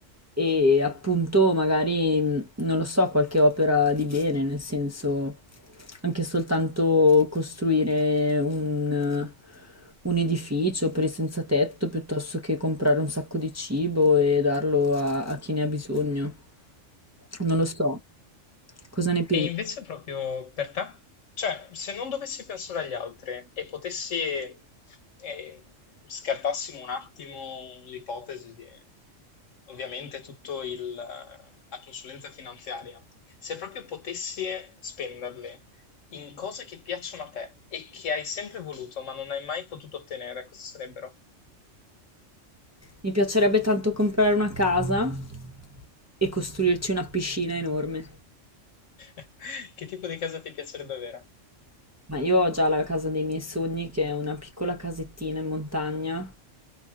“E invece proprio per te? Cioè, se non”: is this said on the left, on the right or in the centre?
Left